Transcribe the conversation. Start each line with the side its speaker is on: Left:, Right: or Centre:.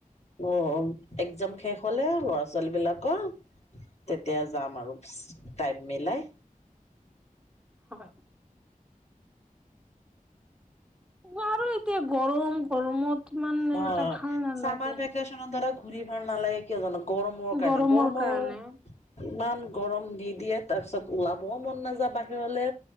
Left: অ' এক্জাম শেষ হলে ল'ৰা ছোৱালী বিলাকৰ তেতিয়া যাম আৰু টাইম মিলাই,
Centre: হয়। আৰু এতিয়া গৰম গৰমত, ইমান
Left: অ'
Centre: এটা ভাল নালাগে
Left: চামাৰ ভেকচন ধৰক ঘূৰি ভাল নালাগে কিয় জানো গৰমৰ কাৰণে
Centre: গৰমৰ
Left: গৰমৰ
Centre: কাৰণে
Left: ইমান গৰম দি দিয়ে তাৰ পিছত ওলাবও মন নাযায় বাহিৰলে।